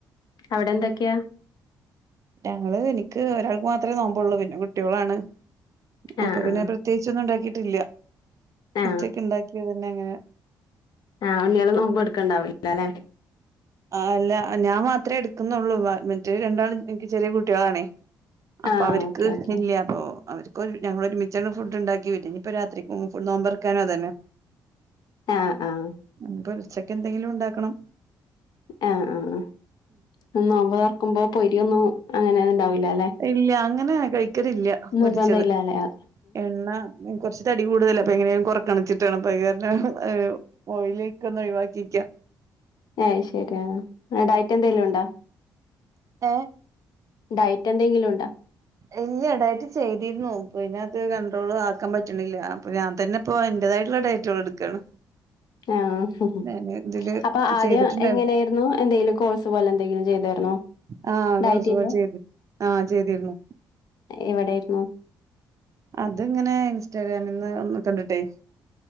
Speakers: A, on the left; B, on the right.
A: അവിടെ എന്തൊക്കെയാ
B: ഞങ്ങള് എനിക്ക് ഒരാൾക്ക് മാത്രമേ നോമ്പള്ളൂ പിന്നെ കുട്ട്യോളാണ്
A: ആ
B: അപ്പൊ പിന്നെ
A: ആ
B: പ്രത്യേകിച്ചൊന്നും ഉണ്ടാക്കിട്ടില്ല
A: ആ
B: ഉച്ചക്ക ഉണ്ടാക്കിയത് പിന്നെങ്ങനെ
A: ആഹ് ഉണ്ണികള നോമ്പ് എടുക്കണ്ടാവില്ലാ ല്ലേ
B: ആ അല്ല ഞാൻ മാത്രമേ എടുക്കുന്നുള്ളൂ മറ്റേ രണ്ടാളും എനിക്ക് ചെറിയ കുട്ടികളാണേ അപ്പൊ
A: ആ
B: അവർക്ക്
A: ഓക്കെ ഓക്കെ
B: ഇല്ലപ്പ അവർക്ക് ക്കൊര് ഞങ്ങളൊര്മിച്ചാണ് ഫുഡ് ഇണ്ടാക്കി <unintelligible> ഇഞ്ഞ് പ്പൊ രാത്രിക്കും ഫു നോമ്പറക്കാനും അതന്നെ.
A: ആഹ് ആഹ്
B: ഇപ്പൊ ഉച്ചക്ക് എന്തെങ്കിലും ഉണ്ടാക്കണം.
A: ആഹ് ആഹ് ഉം നോമ്പ് തൊർക്കുമ്പോ പൊരിയൊന്നും അങ്ങനെണ്ടാവൂലാല്ലെ
B: ഇല്ല അങ്ങനെ കഴിക്കലില്ല പൊരിച്ചത്
A: നിർബന്ധ ഇല്ലാലേ അ
B: എണ്ണ കുറച്ച് തടി കൂടുതല്. ഇപ്പൊ എങ്ങനേലും കൊറെയ്ക്കണോന്ന് വെച്ചിട്ടാണ് അത് കാരണമാണ് ഓയിയൊക്കെ ഒന്ന് ഒഴിവാക്കിക്കാ.
A: അത് ശരിയാണ് ഡയറ്റ് എന്തെലും ഉണ്ടോ?
B: ഏഹ്
A: ഡയറ്റ് എന്തെങ്കിലും ഉണ്ടോ?
B: ഇല്ല ഡയറ്റ് ചെയ്തിരുന്നു പിന്നെ അതു കണ്ട്രോൾ ആക്കാൻ പറ്റണില്ല, അപ്പൊ ഞാൻ തന്നെ ഇപ്പോ എന്റേത്. ആയിട്ടുള്ള ഡയറ്റുകൾ എടുക്കാണ്.
A: ആഹ്
B: ഞാന് ഇതില്
A: അപ്പൊ ആദ്യം
B: ചെയ്തിട്ടുണ്ടായിരുന്നു
A: എങ്ങനെയായിരുന്നു എന്തെങ്കിലും കോഴ്സ് പോലെ എന്തെങ്കിലും ചെയ്താ രുന്നോ
B: ആ
A: ഡയറ്റിന്റെ
B: ചെയ്ത് ആ ചെയ്തിരുന്നു
A: എവിടെയിരുന്നു. ആഹ്
B: അത് അങ്ങനെ ഇൻസ്റ്റാഗ്രാമിന് കണ്ടിട്ടേ.